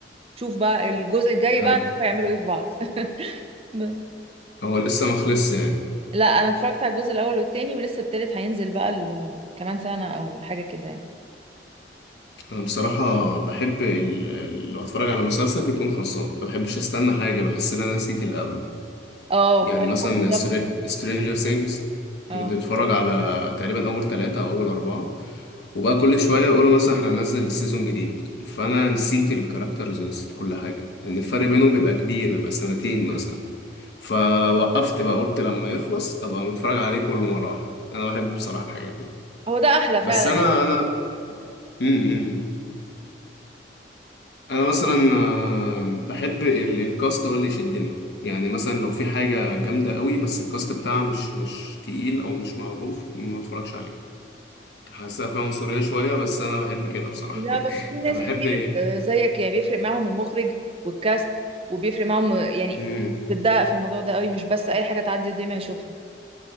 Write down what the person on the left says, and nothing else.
ايوه
هو لسه ما خلصش يعني
انا بصراحة بحب ال- ال- لو اتفرج على مسلسل يكون خلصان ما بحبش استنى حاجة بحس ان انا نسيت اللي قبله
يعني
مثلا
سترينجر ثينجز
كنت بتفرج على تقريبا أول ثلاثة أو أول أربعة وبقى كل شوية يقولوا مثلا احنا هننزل سيزون جديد فأنا نسيت الكاركترز ونسيت كل حاجة لأن الفرق بينهم بيبقى كبير بيبقى سنتين مثلا فوقفت بقى قلت لما يخلص أبقى متفرج عليه كله مرة واحدة أنا بحب بصراحة الحاجات دي
بس
أنا
أنا امم انا مثلا آه، بحب ال- الكاست هو اللي يشدني يعني مثلا لو في حاجه جامده قوي بس الكاست بتاعها مش مش تقيل او مش معروف ما اتفرجش عليه حاسسها فيها عنصريه شويه بس انا بحب كده بصراحه
<laughs>
يعني بحب
امم